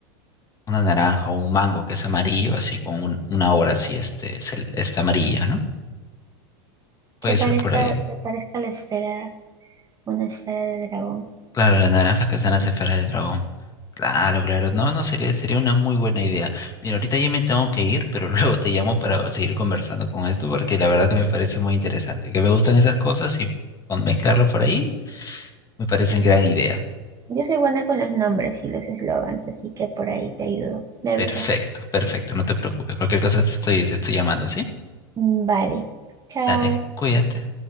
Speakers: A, on the left (about 25°); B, on the right (about 25°).
A: una naranja o un mango que es amarillo, así con un- una hora así, este, cel- está amarilla, ¿no? Puede
B: que parezca,
A: ser por ahí.
B: que parezca la esfera, una esfera del dragón.
A: Claro, las naranjas que están las esferas del dragón. Claro, claro. No, no, sería, sería una muy buena idea. Mira, ahorita ya me tengo que ir, pero <laughs> luego te llamo para seguir conversando con esto, porque la verdad que me parece muy interesante. Que me gustan esas cosas y con mezclarlo por ahí me parece gran idea.
B: Yo soy buena con los nombres y los eslogans, así que por ahí te ayudo. Me avisas.
A: Perfecto, perfecto, no te preocupes. Cualquier cosa te estoy, te estoy llamando, ¿sí?
B: Vale. Chao.
A: Dale, cuídate.